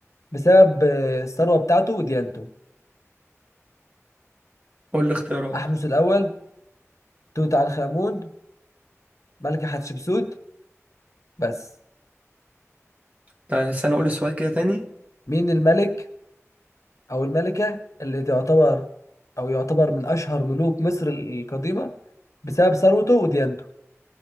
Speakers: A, on the left (about 85°); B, on the right (about 30°).
A: بسبب آه، الثروه بتاعته وديانته
B: قول لي اختيارات
A: احمس الاول توت عنخ امون ملكه حتشبسوت بس
B: طيب بس انا اقول السؤال كده تاني
A: مين الملك او الملكه اللي تعتبر او يعتبر من اشهر ملوك مصر القديمه بسبب ثروته وديانته